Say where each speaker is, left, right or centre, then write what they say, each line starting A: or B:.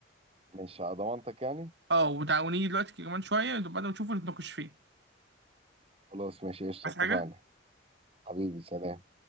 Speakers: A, on the right; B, on the right.
A: مش على ضمانتك يعني
B: اه وتعاونيه دلوقتي كمان شويه بعد ما نشوفه نتناقش فيه
A: خلاص ماشي قشطه
B: عايز
A: اتفقنا
B: حاجه
A: حبيبي سلام